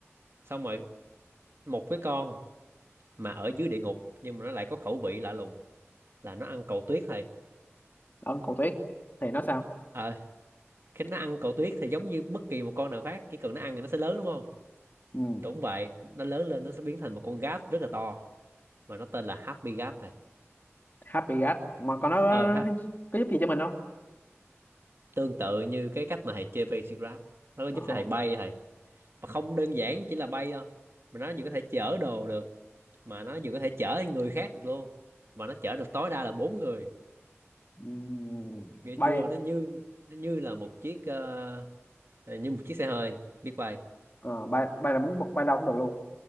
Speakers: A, on the right; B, on the left.
A: xong rồi một cái con mà ở dưới địa ngục nhưng mà nó lại có khẩu vị lạ lùng là nó ăn cầu tuyết thầy
B: ân cổ tuyết thì nó sao
A: ờ khi nó ăn cầu tuyết thì giống như bất kỳ một con nào khác chỉ cần nó ăn thì nó sẽ lớn đúng không
B: ừ.
A: đúng vậy nó lớn lên nó sẽ biến thành một con gat rất là to mà nó tên là Happy Gat thầy
B: happy gas mà còn nó có,
A: ờ ha
B: có giúp gì cho mình không
A: tương tự như cái cách mà thầy chơi Basic Grab nó có giúp
B: ờ
A: cho thầy bay thầy mà không đơn giản chỉ là bay đâu mà nó vừa có thể chở đồ được mà nó vừa có thể chở người khác được luôn mà nó chở được tối đa là bốn người
B: Ừm,
A: nghe
B: bay
A: chưa nó như nó như là một chiếc ờ, ờ, như một chiếc xe hơi biết bay
B: à, bay bay là muốn bay đâu cũng được luôn